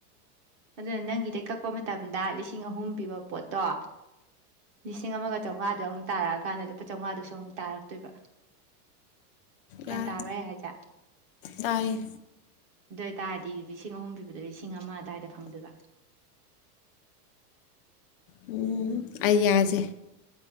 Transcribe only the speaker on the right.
ꯑꯗꯨꯅ ꯅꯪꯒꯤꯗꯩ ꯀꯛꯄ ꯃꯇꯝꯗ ꯂꯤꯁꯤꯡ ꯑꯍꯨꯝ ꯄꯤꯕ ꯄꯣꯠꯇꯣ ꯂꯤꯁꯤꯡ ꯑꯃꯒ ꯆꯧꯉꯥꯗꯣ ꯑꯃꯨꯛ ꯇꯥꯔꯛꯑꯀꯥꯟꯗ ꯂꯨꯄꯥ ꯆꯥꯝꯉꯥꯗꯨꯁꯨ ꯑꯃꯨꯛ ꯇꯥꯔꯛꯇꯣꯏꯕ ꯒ꯭ꯌꯥꯟ
ꯇꯥꯕ꯭ꯔꯥ ꯑꯩ ꯍꯥꯏꯁꯦ
ꯑꯗꯨꯏꯇꯥꯔꯗꯤ ꯂꯤꯁꯤꯡ ꯑꯍꯨꯝ ꯄꯤꯕꯗꯣ ꯂꯤꯁꯤꯡ ꯑꯃ ꯑꯗꯥꯏꯗ ꯐꯪꯗꯣꯏꯕ